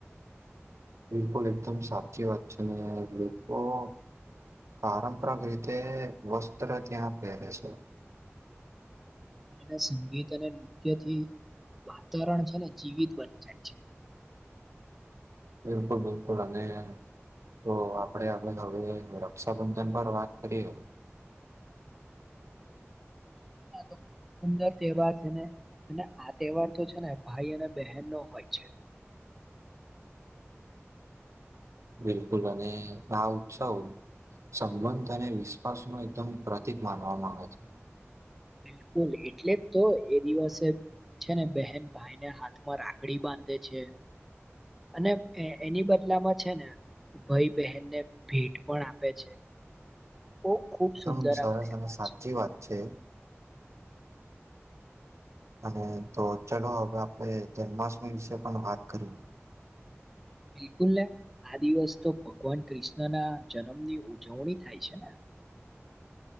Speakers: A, on the right; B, in the centre.
A: બિલકુલ એકદમ સાચી વાત છે, ને <unintelligible> પારંપરાક રીતે વસ્ત્ર ત્યાં પહેરે છે.
B: <inaudible> અને સંગીત અને નૃત્યથી વાતાવરણ છે ને જીવિત બની જાય છે.
A: બિલકુલ-બિલકુલ. અને તો આપડે આગળ હવે રક્ષાબંધન પર વાત કરીએ.
B: <inaudible> <inaudible> સુંદર તહેવાર છે ને. અને આ તહેવાર તો છે ને ભાઈ અને બહેન નો હોય છે.
A: બિલકુલ અને આ ઉત્સવ સંબંધ અને વિશ્વાસ નો એકદમ પ્રતિક માનવામાં આવે છે.
B: બિલકુલ. એટલે જ તો એ દિવસે છે ને બહેન ભાઈને હાથમાં રાખડી બાંધે છે. અને એ એની બદલામાં છે ને ભઈ બહેનને ભેટ પણ આપે છે. બહુ ખુબ
A: એકદમ
B: સુંદર
A: સરસ
B: આમ તહેવાર
A: અને સાચી
B: છે
A: વાત છે. અને તો ચલો હવે આપણે જન્માષ્ટમી વિશે પણ વાત કરી.
B: બિલકુલ ને. આ દિવસ તો ભગવાન કૃષ્ણ ના જન્મની ઉજવણી થાય છે ને.